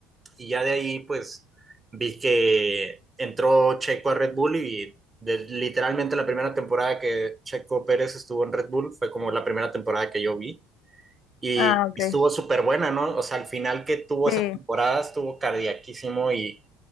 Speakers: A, on the right (about 25°); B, on the left (about 65°).
A: y ya de ahí pues vi que entró Checo a Red Bull y de- literalmente la primera temporada que Checo Pérez estuvo en Red Bull fue como la primera temporada que yo vi. Y
B: Ah, ok.
A: estuvo súper buena, ¿no? O sea, al final que tuvo
B: Sí,
A: esa temporada estuvo cardiaquísimo y